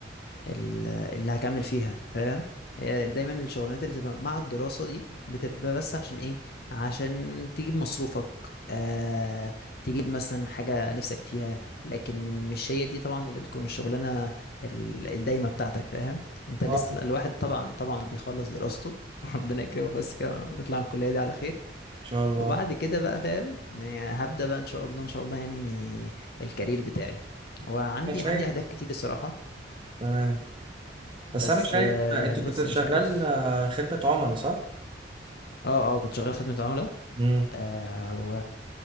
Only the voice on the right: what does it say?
اه
ان
شاء الله
انا شايف
تمام بس
انا شايف
انت
كنت شغال
آه، خدمة عملاء صح
امم